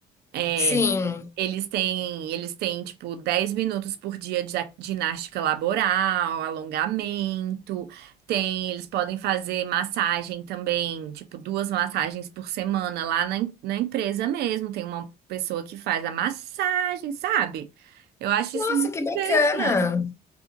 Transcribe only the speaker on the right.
É,
eles têm, eles têm, tipo, 10 minutos por dia de a- ginástica laboral, alongamento. Tem, eles podem fazer massagem também, tipo, duas massagens por semana lá na, em- na empresa mesmo. Tem uma pessoa que faz a massagem, sabe? Eu acho
isso muito
interessante.